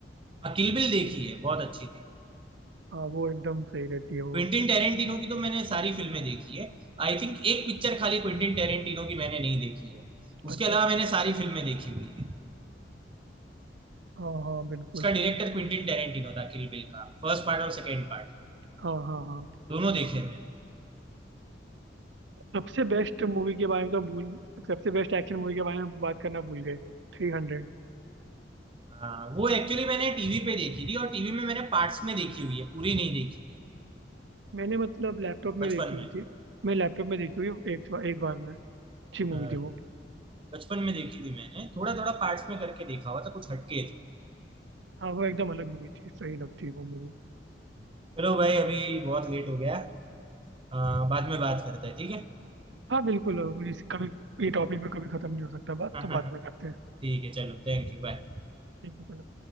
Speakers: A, on the right; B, on the right.
A: हाँ किल बिल देखी है बहुत अच्छी थी
B: हाँ वो एकदम सही रहती है वो
A: क्विंटिन
B: एकदम
A: टेरेंटिनो की तो मैंने सारी फिल्में देखी है आई थिंक एक पिक्चर खाली क्विंटिन टेरेंटिनो की मैंने नहीं देखी है
B: अच्छा
A: उसके अलावा मैंने सारी फिल्में देखी हुई है
B: हाँ हाँ बिल्कुल
A: उसका डायरेक्टर क्विंटिन टेरेंटिनो था किल बिल का फर्स्ट पार्ट और सेकेंड पार्ट
B: हाँ हाँ हाँ
A: दोनों देखे हैं मैंने
B: सबसे बेस्ट मूवी के बारे में तो भूल सबसे बेस्ट एक्शन मूवी के बारे में बात करना भूल गए थ्री हंड्रेड
A: हाँ वो एक्चुअली मैंने टीवी पे देखी थी और टीवी में मैंने पार्ट्स में देखी हुई है पूरी नहीं देखी है
B: मैंने मतलब लैपटॉप
A: बचपन
B: में देखी
A: में
B: हुई थी मैं लैपटॉप में देखी हुई एक एक बार में अच्छी मूवी
A: अ,
B: थी वो
A: बचपन में देखी थी मैंने थोड़ा थोड़ा पार्ट्स में करके देखा हुआ था कुछ हटके थे
B: हाँ वो एकदम अलग मूवी थी सही लगती है वो मूवी
A: चलो भाई अभी बहुत लेट हो गया अ, बाद में बात करते हैं ठीक है
B: हाँ बिल्कुल अब इस कभी ये टॉपिक पे कभी खत्म नहीं हो सकता
A: <laughs>
B: बात
A: ठीक
B: तो बात में करते हैं
A: है चलो थैंक यू बाय
B: ठीक है चलो।